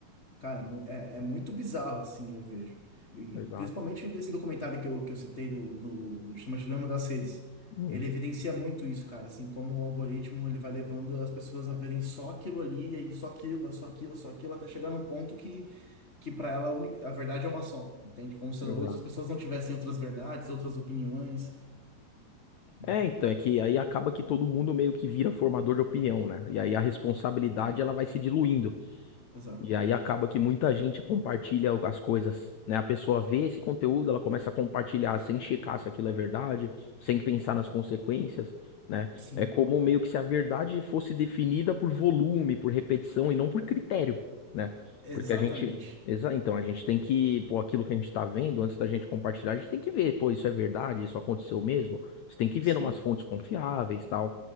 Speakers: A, on the left (about 85°); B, on the left (about 75°).
A: Cara, mu- é, é muito bizarro, assim, eu vejo. E
B: exato.
A: principalmente desse documentário que eu, que eu citei, do, do, do chama Dilema das Redes.
B: Hum,
A: Ele evidencia muito isso, cara, assim, como o algoritmo ele vai levando as pessoas a verem só aquilo ali, e aí só aquilo, só aquilo, só aquilo, até chegar num ponto que, que para ela a, única- a verdade é uma só, entende? Como se
B: exato.
A: outras pessoas não tivessem outras verdades, outras opiniões, né?
B: É, então, é que aí acaba que todo mundo meio que vira formador de opinião, né? E aí a responsabilidade ela vai se diluindo.
A: Exato.
B: E aí acaba que muita gente compartilha as coisas, né? A pessoa vê esse conteúdo, ela começa a compartilhar sem checar se aquilo é verdade, sem pensar nas consequências, né?
A: Sim,
B: É como meio que se a verdade fosse definida por volume, por repetição e não por critério, né?
A: exatamente.
B: Porque a gente, exa- então a gente tem que, pô, aquilo que a gente tá vendo, antes da gente compartilhar, a gente tem que ver, pô, isso é verdade, isso aconteceu mesmo. Você tem que ver
A: Sim.
B: em umas fontes confiáveis, tal,